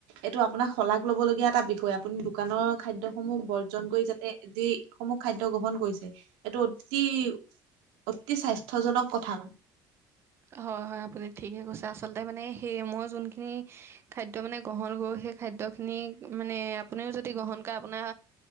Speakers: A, on the right; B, on the right.
A: এইটো আপোনাক শলাগ ল'ব লগীয়া এটা বিষয়। আপুনি দোকানৰ খাদ্যসমূহ ব বৰ্জন কৰি যাতে যি সমূহ খাদ্য গ্ৰহণ কৰিছে সেইটো অতি অতি স্বাস্থ্যজনক কথা মানে।
B: হয়, হয় আপুনি ঠিকে কৈছে। আচলতে মানে সেই মই যোনখিনি খাদ্য মানে গ্ৰহণ কৰো সেই খাদ্যখিনি মানে আপুনিও যদি গ্ৰহণ কৰে আপোনাৰ